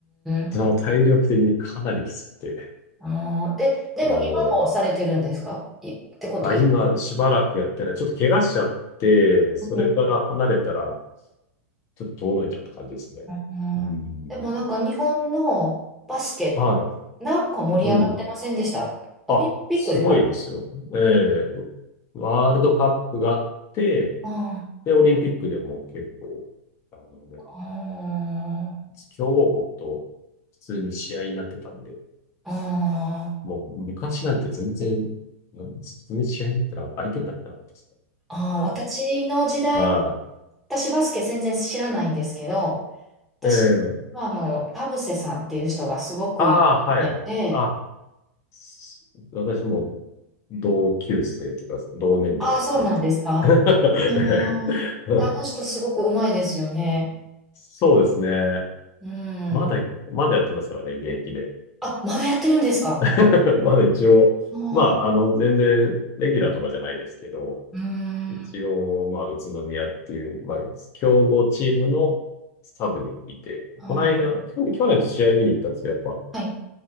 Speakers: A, in the centre; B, on the left.
A: ん。
B: でも体力的にかなりきつくて、
A: あー、で、でも今もされてるんですかい、
B: も
A: ってことです。
B: う、あ、今しばらくやってない。ちょっと怪我しちゃって、それから離れたら、
A: うんうん
B: ちょっと遠のいちゃった感じですね。
A: うんでもなんか日本のバスケ、
B: うん。は
A: なんか盛り上がってませんでした。
B: い。うん。
A: オリンピックですかね
B: あ、すごいですよ。ええワールドカップがあって、
A: あ
B: で、オリンピックでも結構、あのね、
A: あ、
B: 強豪国と普通に試合になってたんで、
A: あー
B: もう昔なんて全然、うん普通に試合になったら相手になってなかったですね。
A: あー、私の時代は、
B: は
A: 私バスケ全然知らないんですけど、私はあの、
B: い。ええ
A: 田臥さんっていう人がすごく有名で、
B: ああ、はいはい。あ、す私も同級生というか、同年代です、
A: ああ、そうなんですか。
B: 全く。<laughs>
A: あーあの人すごくうまいですよね。
B: ええそうですね。
A: うん。
B: まだ、まだやってますからね、現役で。
A: あ、まだやってるんですか
B: <laughs> まだ一応、
A: あ
B: まあ、あの、
A: ー
B: 全然、レギュラーとかじゃないですけど、
A: うー
B: 一応、
A: ん。
B: まあ、宇都宮っていう、まあ、強豪チームのサブにいて、
A: あ
B: この間、去年、去年試合見に行ったんですけど、やっぱ、
A: ー、はい、